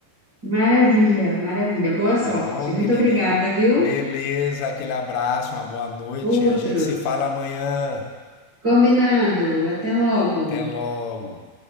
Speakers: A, on the right (about 30°); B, on the left (about 80°).
A: Maravilha, maravilha. Boa sorte.
B: Tá bom,
A: Muito
B: querido?
A: obrigada,
B: En-
A: viu?
B: Beleza, aquele abraço, uma boa noite.
A: Outro.
B: A gente se fala amanhã.
A: Combinado. Até logo.
B: Até logo.